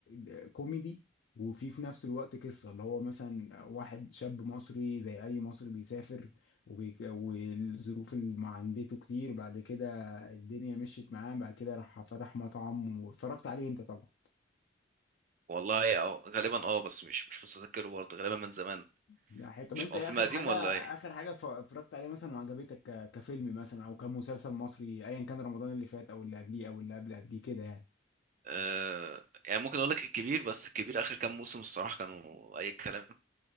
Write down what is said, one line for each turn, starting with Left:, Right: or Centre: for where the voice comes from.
Left: آه، كوميدي وفي في نفس الوقت قصة اللي هو مثلا واحد شاب مصري زي أي مصري بيسافر وبيك... والظروف اللي مع- عندته كتير بعد كده الدنيا مشيت معاه بعد كده راح فتح مطعم واتفرجت عليه أنت طبعا
Right: والله اه غالبا اه بس مش مش متذكره برضه غالبا من زمان
Left: ده حي... طب
Right: مش
Left: أنت
Right: هو
Left: إيه
Right: فيلم
Left: آخر
Right: قديم
Left: حاجة
Right: ولا ايه
Left: آخر حاجة ف- اتفرجت عليه مثلا وعجبتك ك... كفيلم مثلا أو كمسلسل مصري أيا كان رمضان اللي فات أو اللي قبليه أو اللي قبل قبليه كده يعني
Right: آه يعني ممكن اقول لك الكبير بس الكبير اخر كام موسم الصراحه كانوا اي كلام